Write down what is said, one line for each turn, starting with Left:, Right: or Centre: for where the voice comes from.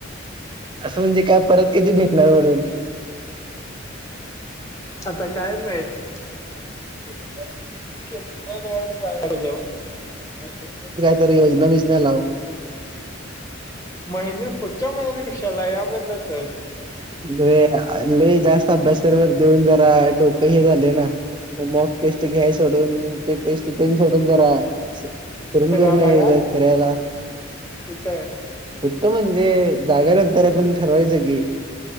Right: असं म्हणजे काय परत कधी भेटणार वगैरे.
Left: आता काय माहित.
Right: <inaudible>
Left: <unintelligible>
Right: तर योजना बिजना लाव.
Left: महिन्यात पुढच्या महिन्यात कशाला या महिन्यातच.
Right: लई लई जास्त अभ्यास देऊन जरा डोक हे झाले ना मॉक टेस्ट घ्याय सोडून, ते टेस्ट तेन सोडून जरा फिरन
Left: फिरायला
Right: विरून यायचं
Left: लागाल
Right: फिरायला.
Left: कुठं?
Right: कुठं म्हणजे जागा नंतर आपण ठरवायचं की.